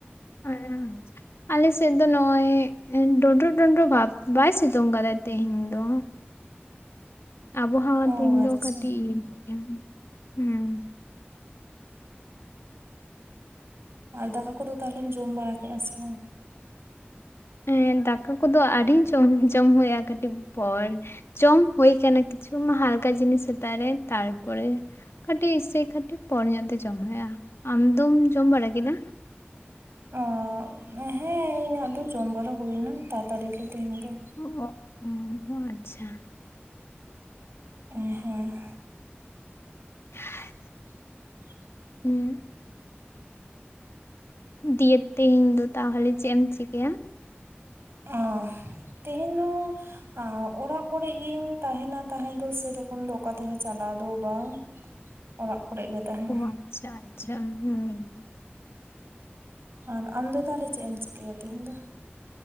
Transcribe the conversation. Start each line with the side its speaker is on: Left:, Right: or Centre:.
Left: <unintelligible> ᱟᱞᱮ ᱥᱮᱫ ᱫᱚ ᱱᱚᱜᱼᱚᱭ ᱰᱚᱸᱰᱳ ᱰᱚᱸᱰᱳ ᱵᱷᱟᱵ ᱵᱟᱭ ᱥᱤᱛᱩᱝ ᱠᱟᱫᱟᱭ ᱛᱤᱦᱮᱧ ᱫᱚ ᱟᱵᱚᱦᱟᱣᱟ
Right: ᱚ
Left: ᱫᱤᱱ ᱫᱚ
Right: ᱟᱪᱪᱷᱟ
Left: ᱠᱟᱹᱴᱤᱡ ᱤᱭᱟᱹ ᱧᱚᱜ ᱜᱮᱭᱟ ᱦᱩᱸ
Right: ᱟᱨ ᱫᱟᱠᱟ ᱠᱚᱫᱚ ᱛᱟᱦᱞᱮᱢ ᱡᱚᱢ ᱵᱟᱲᱟ ᱠᱮᱜᱼᱟ ᱥᱮ ᱵᱟᱝ
Left: ᱦᱮᱸ ᱫᱟᱠᱟ ᱠᱚᱫᱚ ᱟᱹᱰᱤᱧ ᱡᱚᱢ ᱡᱚᱢ ᱦᱩᱭᱩᱜᱼᱟ ᱠᱟᱹᱴᱤᱡ ᱯᱚᱨ ᱪᱚᱢ ᱦᱩᱭ ᱠᱟᱱᱟ ᱠᱤᱪᱷᱩ ᱦᱟᱞᱠᱟ ᱡᱤᱱᱤᱥ ᱥᱮᱛᱟᱜ ᱨᱮ ᱛᱟᱨᱯᱚᱨᱮ ᱠᱟᱹᱴᱤᱡ ᱥᱮ ᱠᱟᱹᱴᱤᱡ ᱯᱚᱨ ᱧᱚᱜ ᱛᱮ ᱡᱚᱢ ᱢᱮ ᱟᱢ ᱫᱚᱢ ᱡᱚᱢ ᱵᱟᱲᱟ ᱠᱮᱫᱟ
Right: ᱚ ᱦᱮᱸ ᱤᱧᱟᱹᱜ ᱫᱚ ᱡᱚᱢ ᱵᱟᱨᱟ ᱦᱩᱭ ᱮᱱᱟ ᱛᱟᱛᱟᱲᱤᱜᱤ ᱛᱮᱦᱮᱧ ᱫᱚ
Left: <unintelligible> ᱟᱪᱷᱟ
Right: ᱮᱸ ᱦᱮᱸ
Left: <unintelligible>
Right: <inaudible>
Left: ᱤᱧ <unintelligible> ᱫᱤᱭᱮ ᱛᱤᱦᱤᱸᱧ ᱫᱚ ᱛᱟᱦᱚᱞᱮ ᱪᱮᱫ ᱮᱢ ᱪᱤᱠᱟᱹᱭᱟ
Right: ᱚᱸᱦ ᱛᱤᱦᱤᱸᱧ ᱧᱩ ᱟ ᱚᱲᱟᱜ ᱠᱚᱨᱮᱜ ᱜᱤᱧ ᱛᱟᱦᱮᱱᱟ ᱛᱟᱦᱮ ᱫᱚ ᱥᱮᱨᱚᱠᱚᱢ ᱫᱚ ᱚᱠᱟ ᱛᱮᱦᱚᱸ ᱪᱟᱞᱟᱣ ᱫᱚ ᱵᱟᱝ ᱚᱞᱟᱜ ᱠᱚᱨᱮ ᱜᱮ ᱛᱟᱦᱮᱱ
Left: ᱚ ᱟᱪᱪᱷᱟ ᱟᱪᱪᱷᱟ ᱦᱩᱸᱦᱩᱸ
Right: ᱟᱨ ᱟᱢᱫᱚ ᱛᱟᱦᱞᱮ ᱪᱮᱫ ᱮᱢ ᱪᱤᱠᱟᱹᱭᱟ ᱛᱤᱦᱤᱧ ᱫᱚ